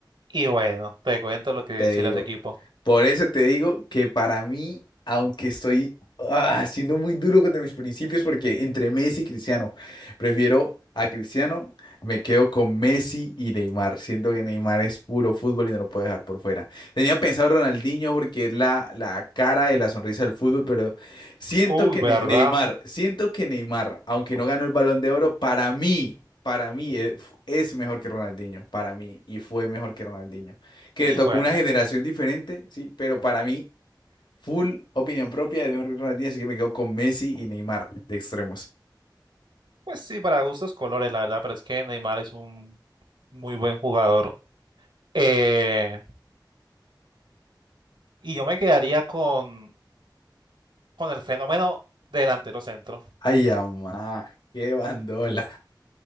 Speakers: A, on the right; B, on the left.
A: Y bueno, te cuento lo que
B: Te
A: sería
B: digo.
A: ese equipo.
B: Por eso te digo que para mí, aunque estoy ah, siendo muy duro contra mis principios, porque entre Messi y Cristiano, prefiero a Cristiano, me quedo con Messi y Neymar, siendo que Neymar es puro fútbol y no lo puedo dejar por fuera. Tenía pensado Ronaldinho porque es la, la cara y la sonrisa del fútbol, pero siento
A: Uy,
B: que
A: ¿verdad?
B: Ne- Neymar, siento que Neymar, aunque no ganó el Balón de Oro, para mí, para mí eh, es mejor que Ronaldinho, para mí, y fue mejor que Ronaldinho que
A: Y
B: le tocó
A: bueno,
B: una generación diferente, sí, pero para mí, full opinión propia de mejor que Ronaldinho, así que me quedo con Messi y Neymar de extremos.
A: pues sí, para gustos colores, la verdad, pero es que Neymar es un muy buen jugador. Eh, y yo me quedaría con, con el fenómeno delantero centro.
B: Ay, amá, qué bandola.